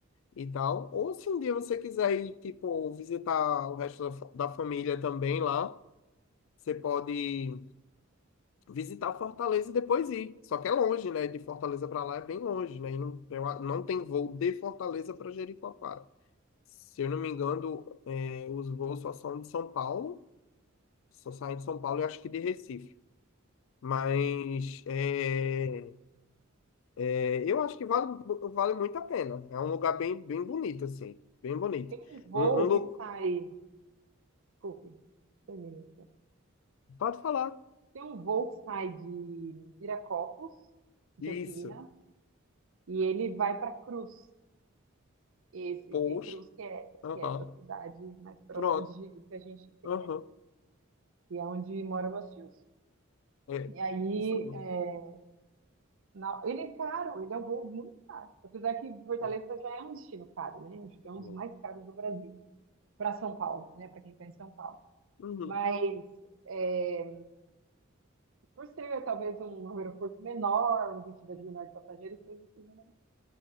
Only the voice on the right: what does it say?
Tem um voo
que sai. Desculpe, termina.
Tem um voo que sai de Viracopos, em
Campinas, E ele vai para Cruz. Esse
é Cruz que é
que é essa cidade mais próxima
de Jeri que a gente tem
aqui, que é onde moram meus tios.
E aí,
é, na- ele é caro, ele é um voo muito caro. Apesar que Fortaleza
já é um destino caro, né? Acho que é um
dos mais caros do Brasil, para São Paulo, né? Para quem está em São Paulo.
Mas, é, por ser talvez um aeroporto menor, uma quantidade menor de passageiros, talvez seja